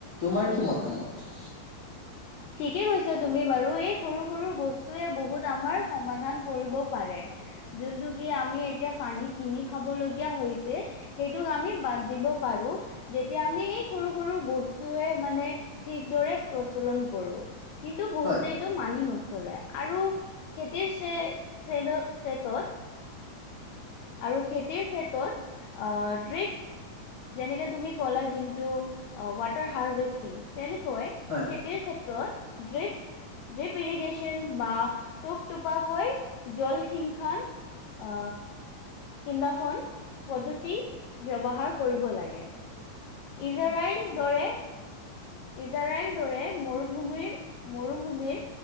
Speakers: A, on the left; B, on the left.
A: তোমাৰ কি মতামত?
B: ঠিকে কৈছা তুমি বাৰু এই সৰু সৰু বস্তুৱে বহুত আমাৰ সমাধান কৰিব পাৰে। যোনটো কি আমি এতিয়া পানী কিনি খাব লগীয়া হৈছে সেইটোক আমি বাদ দিব পাৰো। যেতিয়া আমি এই সৰু সৰু বস্তুৱে মানে ঠিক দৰে প্ৰচলন কৰো, কিন্তু বহুতেই
A: হয়
B: টো মানি নচলে, আৰু খেতিৰ সে খ্ৰেদো খ্ৰেতত আৰু খেতিৰ ক্ষেত্ৰত আহ ড্ৰিপ যেনেকে তুমি ক'লা যোনটো অ ৱাটাৰ হাৰ্ভেষ্টিং তেনেকৈ
A: হয়
B: খেতিৰ ক্ষেত্ৰত ড্ৰিপ ড্ৰিপ ইৰিগেশ্যন বা টোপ টোপাকৈ জলসিংশন আ খিন্দাসন পদ্ধতি ব্যৱহাৰ কৰিব লাগে, ইজৰাইল দৰে ইজৰাইল দৰে মৰুভূমিৰ মৰুভূমিৰ